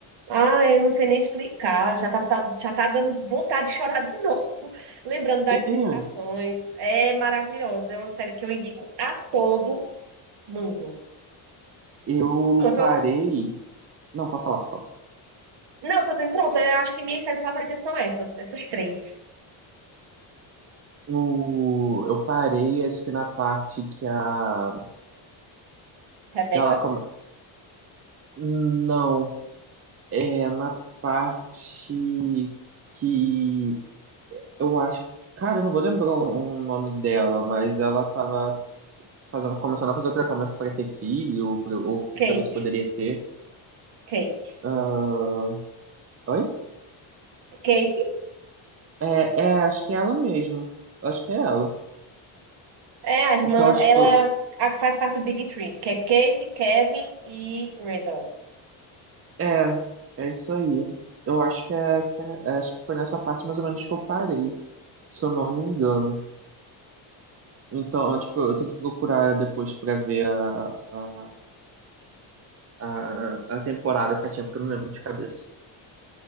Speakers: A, on the right; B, on the right.
A: Ah, eu não sei nem explicar, já tá, tá- já tá dando vontade de chorar de novo, <laughs> lembrando das
B: E-
A: sensações.
B: e-
A: É maravilhosa, é uma série que eu indico a todo mundo.
B: Eu
A: Pronto,
B: parei.
A: eu-
B: Não, pode falar, pode falar.
A: não, tô dizendo, pronto, eu acho que minhas séries favoritas são essas, essas três:
B: No, eu parei, acho que na parte que a.
A: Rebecca,
B: Que ela come... Não, é na parte que Eu acho. Cara, eu não vou lembrar o o nome dela, mas ela tava fazendo, começando a fazer o tratamento pra ter filho, pra- ou pra
A: Kate,
B: saber se poderia ter.
A: Kate.
B: Ah, Oi?
A: Kate
B: É, é, acho que é ela mesmo. Acho que é ela.
A: é a irmã,
B: Então, tipo,
A: ela a que faz parte do Big Three, que é Kate, Kevin e Randall.
B: é, é isso aí. Eu acho que é, que é- é, acho que foi nessa parte mais ou menos que eu parei, se eu não me engano. Então, tipo, eu tenho que procurar depois pra ver a, a, a, a temporada certinha, porque eu não lembro de cabeça.